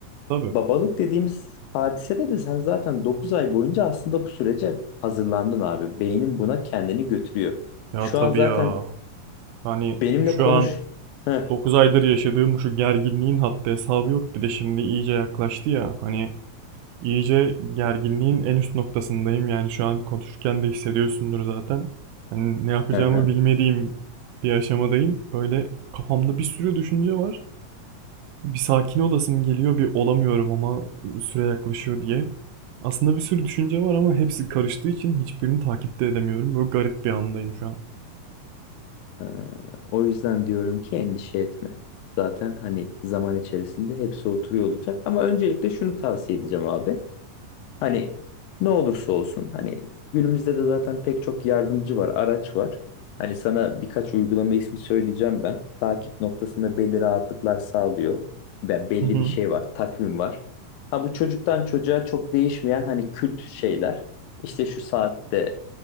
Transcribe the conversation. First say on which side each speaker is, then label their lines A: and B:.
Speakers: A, on the right (about 85°); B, on the left (about 80°).
A: Tabii.
B: Babalık dediğimiz hadisede de sen zaten 9 ay boyunca aslında bu sürece hazırlandın abi. Beynin buna kendini götürüyor.
A: Ya
B: Şu
A: tabii
B: an zaten
A: ya. Hani
B: benimle
A: şu
B: konuş.
A: an
B: Hı,
A: 9 aydır yaşadığım şu gerginliğin haddi hesabı yok. Bir de şimdi iyice yaklaştı ya. Hani İyice gerginliğin en üst noktasındayım. Yani şu an konuşurken de hissediyorsundur zaten. Hani ne yapacağımı
B: hı, hı.
A: bilmediğim bir aşamadayım. Böyle kafamda bir sürü düşünce var. Bir sakin olasım geliyor, bir olamıyorum ama süre yaklaşıyor diye. Aslında bir sürü düşünce var ama hepsi karıştığı için hiçbirini takipte edemiyorum. Böyle garip bir andayım şu an.
B: Ee, O yüzden diyorum ki endişe etme. Zaten hani zaman içerisinde hepsi oturuyor olacak. Ama öncelikle şunu tavsiye edeceğim abi. Hani ne olursa olsun hani günümüzde de zaten pek çok yardımcı var, araç var. Hani sana birkaç uygulama ismi söyleyeceğim ben. Takip noktasında belli rahatlıklar sağlıyor. Ben belli
A: Hı hı,
B: bir şey var, takvim var. Ha bu çocuktan çocuğa çok değişmeyen hani kült şeyler. İşte şu saatte